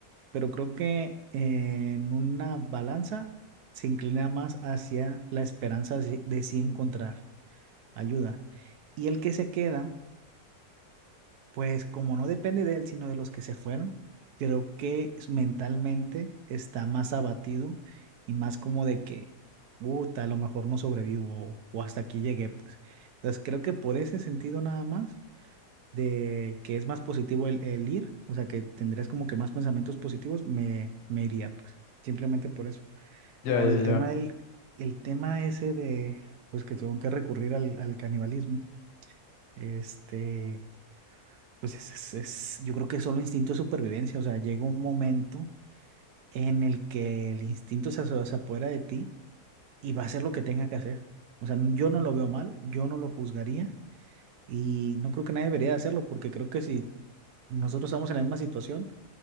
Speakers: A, on the right; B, on the left.
A: pero creo que eh, en una balanza se inclina más hacia la esperanza de sí, de sí encontrar ayuda. Y el que se queda pues como no depende de él, sino de los que se fueron, creo que s- mentalmente está más abatido y más como de que, puta, a lo mejor no sobrevivo o o hasta aquí llegué, pues. Entonces creo que por ese sentido nada más, de que es más positivo el, el ir, o sea, que tendrías como que más pensamientos positivos, me, me iría, pues, simplemente por eso.
B: ya,
A: Ahora,
B: ya,
A: el
B: ya.
A: tema del, el tema ese de, pues, que tengo que recurrir al, al canibalismo, este... Pues es, es- es- yo creo que es solo instinto de supervivencia, o sea, llega un momento en el que el instinto se, aso- se apodera de ti y va a hacer lo que tenga que hacer. O sea, n- yo no lo veo mal, yo no lo juzgaría y no creo que nadie debería hacerlo porque creo que si nosotros estamos en la misma situación,